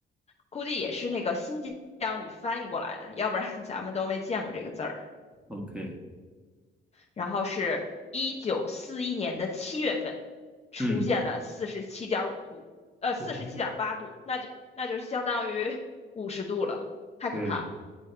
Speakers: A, on the left; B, in the centre.
A: 估计也是那个新疆语翻译过来的，要不然 <laughs> 咱们都没见过这个字儿。
B: OK，
A: 然后是一九四一年的七月份，出现了四十七点五度，
B: 嗯，
A: 呃，
B: 哦，
A: 四十七点八度，那就那就相当于五十度了，太可怕了。
B: <laughs> 对，